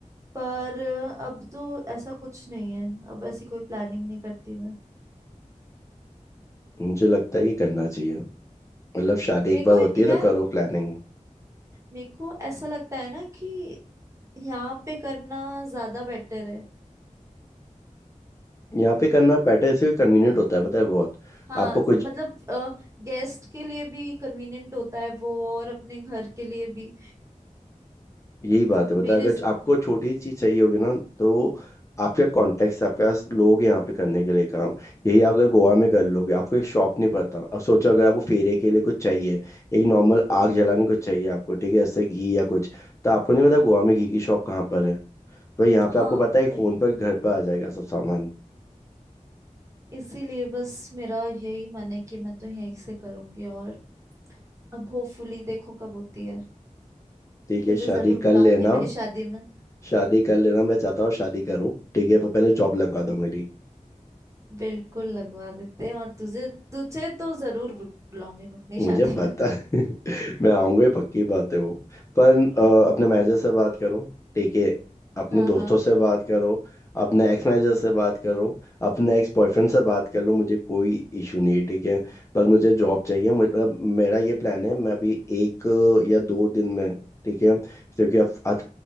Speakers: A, on the right; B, on the left.
A: पर अब तो ऐसा कुछ नहीं है अब ऐसी कोई प्लानिंग नहीं करती मैं
B: मुझे लगता है कि करना चाहिए मतलब शादी
A: मेरे
B: एक बार
A: को
B: होती है
A: यार
B: तो करो प्लानिंग
A: मेरे को ऐसा लगता है ना कि यहाँ पे करना ज्यादा बेटर है
B: यहाँ पे करना बेटर से कन्वीनियंट होता है पता है बहुत
A: हाँ
B: आपको कुछ
A: मतलब गेस्ट के लिए भी कन्वीनियंट होता है वो और अपने घर के लिए भी
B: यही बात
A: तो
B: है पता
A: मेरे
B: है अगर आपको छोटी चीज चाहिए होगी ना तो आपके कॉन्टेक्ट आपके पास लोग हैं यहाँ पे करने के लिए काम यही अगर गोवा में कर लोगे आपको एक शॉप नहीं पता अब सोचो अगर आपको फेरे के लिए कुछ चाहिए एक नॉर्मल आग
A: हम्म,
B: जलाने कुछ चाहिए आपको ठीक है जैसे घी या कुछ तो आपको नहीं पता गोवा में घी की शॉप कहाँ पर है तो यहाँ
A: हाँ
B: पे आपको पता है एक
A: वही
B: फोन पर घर पर आ जाएगा सब सामान
A: इसीलिए बस मेरा यही मन है कि मैं तो यहीं से करूंगी और अब होपफुली देखो कब होती है
B: ठीक
A: तुझे
B: है शादी
A: जरूर
B: कर
A: बुलाऊंगी
B: लेना
A: मेरी शादी में
B: शादी कर लेना मैं चाहता हूँ शादी करूँ ठीक है पर पहले जॉब लगवा
A: हम्म।
B: दो मेरी
A: बिल्कुल लगवा देते हैं और तुझे तुझे तो जरूर बुलाऊंगी मैं अपनी
B: मुझे
A: शादी
B: पता
A: में
B: है <laughs>
A: <laughs>
B: मैं आऊंगा ही पक्की बात है वो पर अ, अपने मैनेजर से बात करो ठीक है अपने
A: हाँ
B: दोस्तों
A: हाँ
B: से बात करो अपने एक्स मैनेजर से बात करो अपने एक्स बॉयफ्रेंड से बात कर लो मुझे कोई इशू नहीं है ठीक है पर मुझे जॉब
A: ठीक
B: चाहिए मतलब
A: है
B: मेरा ये प्लान है मैं अभी एक या दो दिन में ठीक है क्योंकि अब